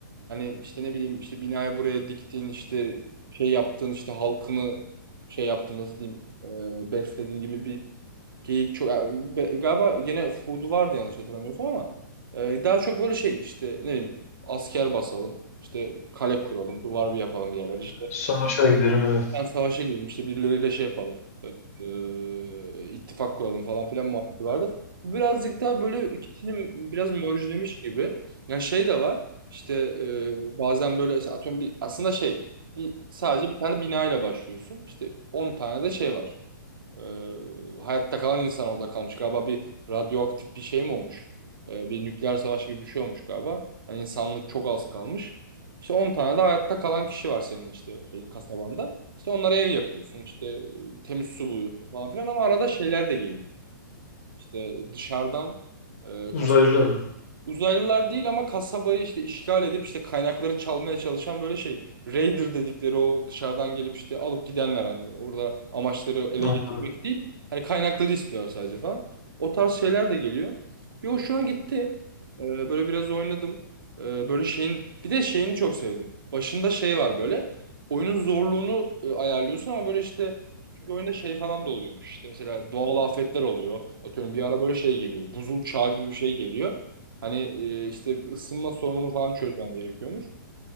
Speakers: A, on the right; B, on the left.
A: Hani işte ne bileyim işte binayı buraya diktin işte şey yaptın işte halkını şey yaptın nasıl diyeyim e, beslediğin gibi bir Geyik çok be- galiba gene Food'u vardı yanlış hatırlamıyorsam ama e, daha çok böyle şey işte ne bileyim asker basalım işte kale kuralım duvar bir yapalım bir yerler işte
B: Savaşa gidelim evet.
A: ben savaşa gidelim işte birileriyle şey yapalım e, ittifak kuralım falan filan muhabbeti vardı. Bu birazcık daha böyle ikisini biraz merge'lemiş gibi. Yani şey de var işte e, bazen böyle işte atıyorum bir aslında şey bir, sadece bir tane bina ile başlıyorsun işte 10 tane de şey var. Ee, hayatta kalan insan orada kalmış. Galiba bir radyoaktif bir şey mi olmuş? Ee, bir nükleer savaş gibi bir şey olmuş galiba. Yani insanlık çok az kalmış. İşte 10 tane de hayatta kalan kişi var senin işte şeyin, kasabanda. İşte onlara ev yapıyorsun. işte e, temiz su buluyorsun falan filan ama arada şeyler de geliyor. İşte dışarıdan e,
B: Uzaylılar
A: kas
B: mı?
A: Uzaylılar değil ama kasabayı işte işgal edip işte kaynakları çalmaya çalışan böyle şey. Raider dedikleri o dışarıdan gelip işte alıp gidenler hani orada amaçları ele
B: Anladım.
A: geçirmek değil. Hani kaynakları istiyor sadece falan. O tarz şeyler de geliyor. Bir hoşuma gitti. Ee, böyle biraz oynadım. Ee, böyle şeyin bir de şeyini çok sevdim. Başında şey var böyle. Oyunun zorluğunu e, ayarlıyorsun ama böyle işte bir oyunda şey falan da oluyormuş. İşte mesela doğal afetler oluyor. Atıyorum bir ara böyle şey geliyor. Buzul çağı gibi bir şey geliyor. Hani e, işte ısınma sorununu falan çözmen gerekiyormuş.